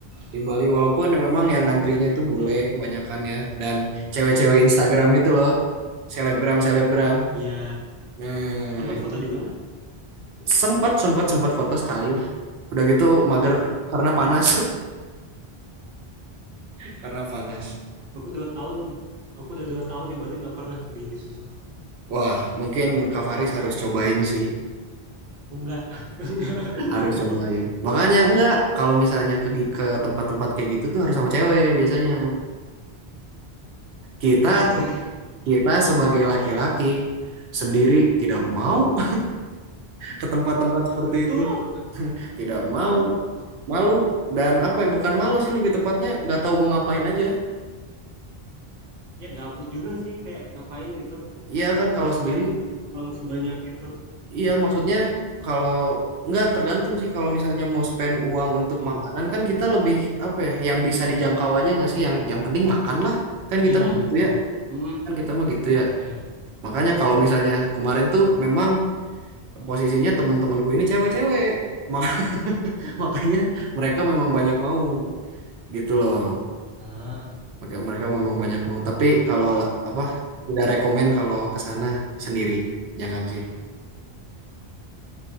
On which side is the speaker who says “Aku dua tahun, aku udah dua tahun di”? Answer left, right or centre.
Right